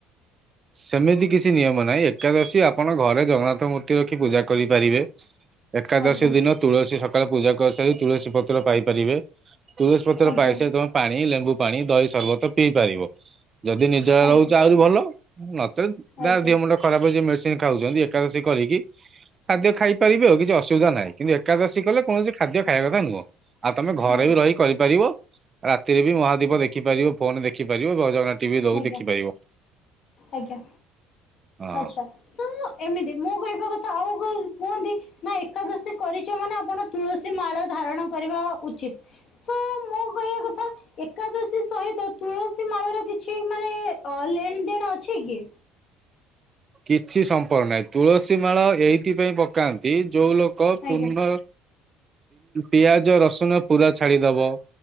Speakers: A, on the right (about 20°); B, on the left (about 35°).
A: ସେମିତି କିଛି ନିୟମ ନାଇଁ ଏକାଦଶୀ ଆପଣ ଘରେ ଜଗନ୍ନାଥ ମୂର୍ତ୍ତି ରଖି ପୂଜା କରିପାରିବେ। ଏକାଦଶୀ
B: ଆଜ୍ଞା
A: ଦିନ ତୁଳସୀ ସକାଳ ପୂଜା କରିସାରିକି ତୁଳସୀ ପତ୍ର ପାଇପାରିବେ। ତୁଳସୀ ପତ୍ର
B: ଆଜ୍ଞା
A: ପାଇ ସାଇ ତମେ ପାଣି ଲେମ୍ବୁ ପାଣି ଦହି ସରବତ ପିଇ ପାରିବ। ଯଦି ନିଜଳା
B: ଆଜ୍ଞା
A: ରହୁଚ ଆଉରି ଭଲ ନଚେତ ତା
B: ଆଜ୍ଞା
A: ଦିଅ ମୁଣ୍ଡ ଖରାପ ଅଛି ମେଡିସିନ ଖାଉଛନ୍ତି ଏକାଦଶୀ କରିକି ଖାଦ୍ୟ ଖାଇ ପାରିବେ କିଛି ଅସୁବିଧା ନାହିଁ ଏକାଦଶୀ କଲେ କୌଣସି ଖାଦ୍ୟ ଖାଇବା କଥା ନୁହଁ। ଆଉ ତମେ ଘରେ
B: ହୁଁ
A: ବି ରହି କରିପାରିବ ରାତିରେ ବି ମହାଦୀପ ଦେଖିପାରିବ ଫୋନ ଦେଖିପାରିବ ଜୟ ଜଗନ୍ନାଥ ଟିଭି ଦଉଚି
B: ଆଜ୍ଞା
A: ଦେଖିପାରିବ।
B: ଆଜ୍ଞା
A: ହଁ।
B: ଆଛା ତୁଁ ଅ ଏମିତି ମୁଁ କଇବା କଥା ଆଉ କୁହନ୍ତି ନା ଏକାଦଶୀ କରିଛ ମାନେ ଆପଣ ତୁଳସୀ ମାଳ ଧାରଣ କରିବା ଉଚିତ୍। ତ ମୋ କଇବା କଥା ଏକାଦଶୀ ସହିତ ତୁଳସୀ ମାଳ ର କି ଛି ମାନେ ଅ ଲେନ ଦେଣ ଅଛି କି?
A: କିଛି ସମ୍ପର୍କ ନାଇଁ ତୁଳସୀ ମାଳ ଏଇଥିପାଇଁ ପକାନ୍ତି ଯୋଉ ଲୋ ତ
B: ଆଜ୍ଞା
A: ପୂର୍ଣ୍ଣ ପିଆଜ ରସୁଣ ପୁରା ଛାଡିଦବ।